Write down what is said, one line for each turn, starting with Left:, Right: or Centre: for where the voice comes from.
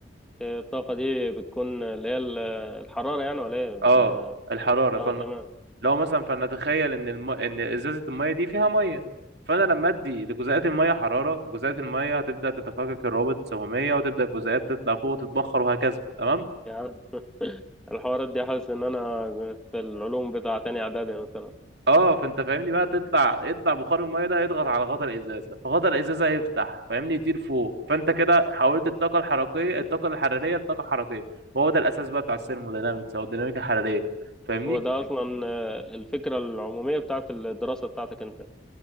Centre: آه، الطاقة دي بتكون اللي هي ال- الحرارة يعني ولا ايه
Right: اه
Centre: ال-
Right: الحراره فلن...
Centre: اه تمام
Right: لو مثلا فلنتخيل ان الم... ان ازازه الميه دي فيها ميه فانا لما ادي لجزيئات الميه حراره جزيئات الميه هتبدا تتفكك الروابط السهميه وتبدا الجزيئات تطلع فوق وتتبخر وهكذا تمام
Centre: يعني <laughs> الحوارات دي حاسس ان انا في العلوم بتاع تاني اعدادي مثلا
Right: اه فانت فاهمني بقى تطلع يطلع بخار الميه ده يضغط على غطا الازازه فغطا الازازه يفتح فاهمني يطير فوق فانت كده حولت الطاقه الحركيه الطاقه الحراريه لطاقه حركيه وهو ده الاساس بقى بتاع الثيرموداينامكس او الديناميكا الحراريه فاهمني
Centre: هو ده اصلا آه، الفكرة العمومية بتاعت الدراسة بتاعتك انت اه